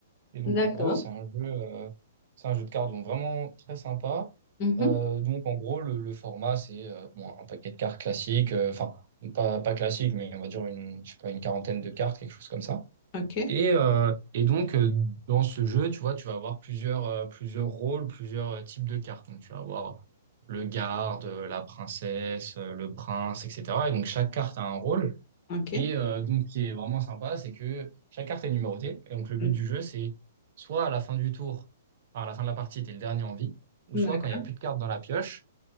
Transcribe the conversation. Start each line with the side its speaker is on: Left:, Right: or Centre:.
Right: Et donc,
Left: D'accord.
Right: en gros, c'est un jeu, euh, c'est un jeu de cartes donc vraiment très sympa.
Left: Mhm.
Right: Euh, donc, en gros, le, le format, c'est euh, bon, un paquet de cartes classiques, euh, enfin, pas, pas classique, mais on va dire une, je sais pas, une quarantaine de cartes, quelque chose comme ça.
Left: OK,
Right: Et, euh, et donc, euh, dans ce jeu, tu vois, tu vas avoir plusieurs, euh, plusieurs rôles, plusieurs euh, types de cartes. Donc, tu vas avoir le garde, euh, la princesse, euh, le prince, etc. Et donc, chaque carte a un rôle.
Left: OK,
Right: Et euh, donc, ce qui est vraiment sympa, c'est que chaque carte est numérotée. Et donc, le but
Left: Mhm.
Right: du jeu, c'est soit à la fin du tour, enfin, à la fin de la partie, tu es le dernier en vie, ou
Left: d'accord.
Right: soit quand il n'y a plus de cartes dans la pioche,